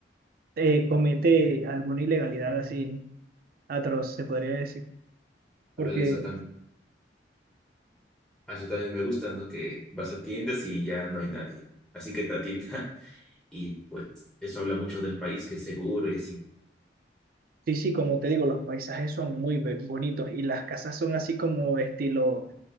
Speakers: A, on the right; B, in the centre.
A: eh, comete alguna ilegalidad así atroz, se podría decir. Porque
B: Ándale, eso Ah, Eso también me gusta, ¿no? Que vas a tiendas y ya no hay nadie. Así que te atienda <laughs> y pues eso habla mucho del país, que es seguro y así.
A: sí, sí, como te digo, los paisajes son muy be- bonitos y las casas son así como estilo